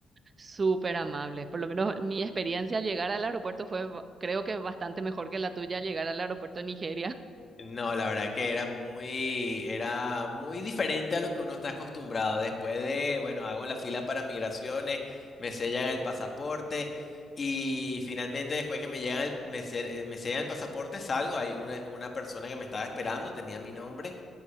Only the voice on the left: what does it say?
No, la verdad que era muy, era muy diferente a lo que uno está acostumbrado. Después de, bueno, hago la fila para migraciones, me sellan el pasaporte y finalmente después que me llegan el, me, se- eh, me sellan el pasaporte salgo. Hay una, una persona que me estaba esperando, tenía mi nombre.